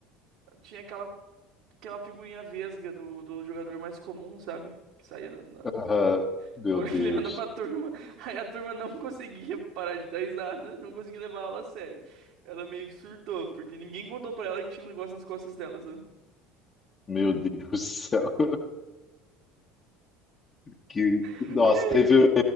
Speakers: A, on the right; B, on the left.
A: tinha aquela Aquela figurinha vesga do, do jogador mais comum, sabe? Que saía na, na-
B: aham.
A: <laughs>
B: Meu
A: olhando
B: Deus,
A: pra turma. Aí a turma não conseguia parar de dar risada, não conseguia levar a aula a sério. Ela meio que surtou, porque ninguém contou pra ela que tinha um negócio nas costas dela, sabe?
B: meu Deus do céu. Que,
A: <laughs>
B: nossa,
A: E aí?
B: teve.